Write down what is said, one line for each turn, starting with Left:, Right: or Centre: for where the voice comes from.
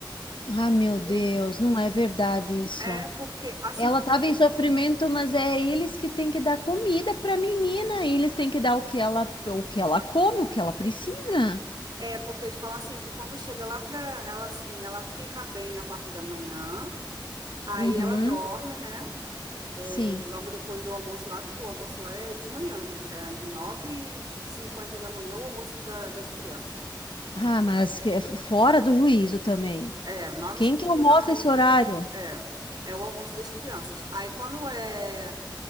Left: Ah,
Right: Acredito.
Left: meu Deus, não é verdade isso.
Right: É porque assim,
Left: Ela estava em sofrimento, mas é eles que têm que dar comida para a menina. Eles têm que dar o que ela, o que ela come, o que ela precisa.
Right: é porque eles falam assim que quando chega lá pra ela assim, ela fica bem a parte da manhã, aí
Left: Uhum,
Right: ela dorme, né? É,
Left: sim.
Right: logo depois do almoço lá, porque o almoço lá é de manhã, né? É nove e cinquenta da manhã o almoço da- das crianças.
Left: Ah, mas que é f- fora do juízo também.
Right: É, nove
Left: Quem
Right: e cinquenta
Left: que almoça
Right: da manhã.
Left: esse horário?
Right: É, é o almoço das crianças. Aí quando é,